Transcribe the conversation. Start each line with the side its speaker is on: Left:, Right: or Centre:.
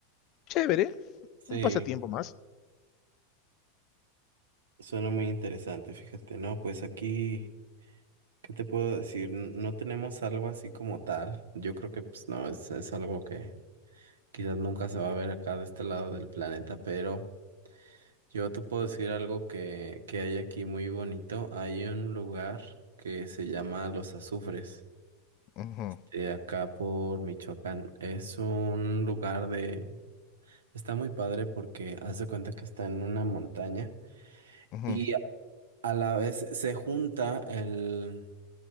Left: chévere,
Right: Sí,
Left: un pasatiempo más.
Right: suena muy interesante, fíjate. No, pues aquí, ¿qué te puedo decir? N- No tenemos algo así como tal. Yo creo que pues no, es, es algo que quizás nunca se va a ver acá de este lado del planeta, pero... Yo te puedo decir algo que, que hay aquí muy bonito. Hay un lugar que se llama Los Azufres,
Left: Ujú,
Right: de acá por Michoacán. Es un lugar de... Está muy padre porque haz de cuenta que está en una montaña
Left: ujú.
Right: y a la vez se junta el,